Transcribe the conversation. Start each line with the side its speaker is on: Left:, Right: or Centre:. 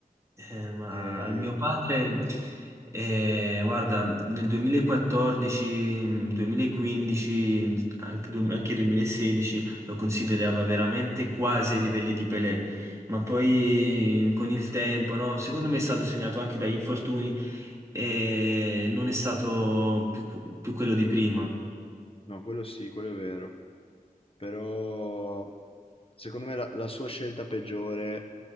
Right: Eh, ma
Left: E-
Right: al mio padre, eh, guarda, nel 2014, mm, 2015, mm, anche, du- anche 2016 lo considerava veramente quasi ai livelli di Pelé, ma poi con il tempo, no? Secondo me è stato segnato anche dagli infortuni e non è stato più più quello di prima.
Left: No, quello sì, quello è vero. Però secondo me la, la sua scelta peggiore